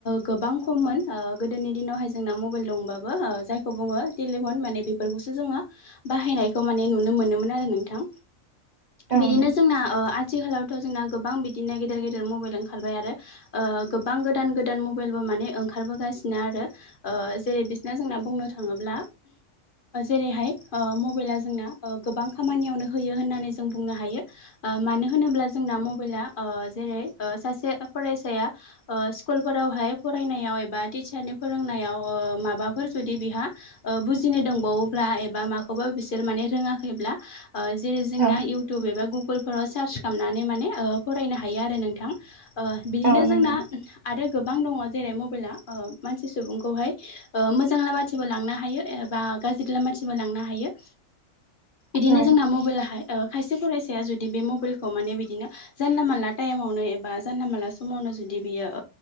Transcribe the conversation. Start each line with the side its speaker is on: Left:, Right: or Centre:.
Left: गोबां खममोन गोदोनि दिनावहाय जोंना मबाइल दंबाबो जायखौ बुङो टेलिफन माने बेफोरखौसो जोंङो बाहायनायखौ माने नुनो मोनोमोन आरो नोंथां
Right: औ
Left: बिदिनो
Right: नों
Left: जोंना आथिखालावथ जोंना गोबां बिदिनो गेदेर गेदेर मबाइल ओं ओंखारबाय आरो गोबां गोदान गोदान मबाइलबो माने ओंखारबोगासिनो ना आरो जेरै बिसना जोंना बुंनो थाङोब्ला जेरैहाय मबाइला जोंना गोबां खामानियावनो होयो होननानै जों बुंनो हायो मानो होनोब्ला जोंना मबाइला जेरै सासे फरायसाया स्कुल फोरावहाय फरायनायाव एबा टिचारनि फोरोंनायाव माबा माबाफोर जुदि बिहा बुजिनो दंबावोब्ला एबा माखौबा बिसोर माने रोङाखैब्ला जेरै जोंना
Right: औ
Left: इउटुब एबा गु गुगोलफोराव सार्च खालामनानै माने फरायनो हायो आरो नोंथां बिदिनो
Right: औ औ नंगौ।
Left: जोंना आरो गोबां दङ जेरै मबाइला मानसि सुबुंखौहाय मोजां लामाथिंबो लांनो हायो एबा गाज्रि लामाथिंबो लांनो हायो
Right: <inaudible>
Left: बिदिनो
Right: औ
Left: जोंना मबाइलाहाय खायसे फरायसाया जुदि बे मबाइलखौ माने बिदिनो जानला मोनला टाइमावनो एबा जानला मोनला समावनो जुदि बियो